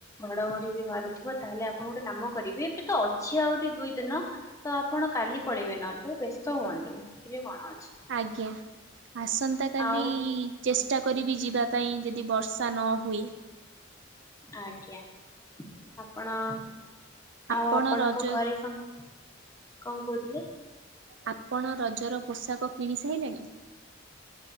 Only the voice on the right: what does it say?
ଆଜ୍ଞା ଆସନ୍ତା କାଲି
ଚେଷ୍ଟା କରିବି ଯିବା ପାଇଁ ଯଦି ବର୍ଷା ନ ହୁଏ
ଆପଣ
ରଜ
ଆପଣ ରଜର ପୋଷାକ କିଣି ସାଇଲେଣି?